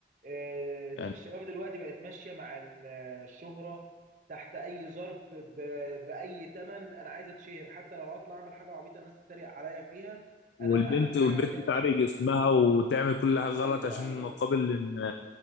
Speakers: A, on the right; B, on the left.
A: آه،
B: يعني
A: الشباب دلوقتي بقت ماشية مع ال- الشهرة تحت أي ظرف ب- بأي تمن أنا عايز أتشهر حتى لو هطلع أعمل حاجة عبيطة الناس تتريق عليا فيها
B: والبنت
A: أنا أهم حاجة
B: والبنت
A: عندي إن أنا
B: تعري
A: أتشهر
B: جسمها وتعمل كل حاجه غلط
A: أيوه
B: عشان
A: أيوه
B: مقابل إن...